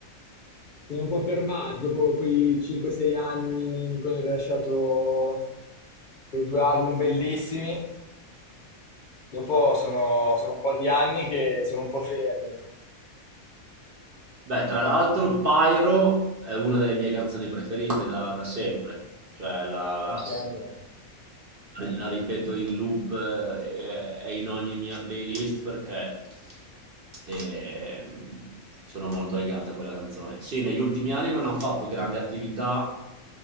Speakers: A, on the left (about 60°); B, on the right (about 50°).
A: Sono un po' fermati dopo quei 5-6 anni in cui hanno rilasciato quei due album bellissimi. Dopo sono, sono un po' di anni che sono un po' fermi,
B: Beh, tra l'altro, Pyro è una delle mie canzoni preferite da, da sempre. Cioè, la, la-
A: anche a me.
B: la ripeto in loop eh, e in ogni mia playlist perché ehm, sono molto legata a quella canzone. Sì, negli ultimi anni non hanno fatto grandi attività,